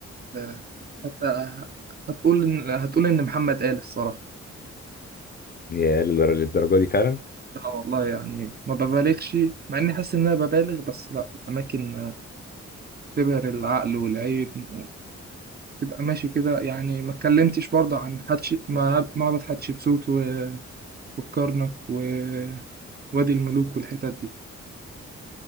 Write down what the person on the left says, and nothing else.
يا للدر- للدرجه دي فعلا